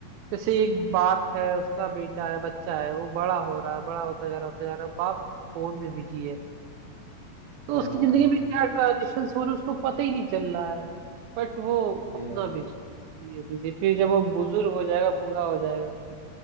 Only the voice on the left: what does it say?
हाँ
ये
बात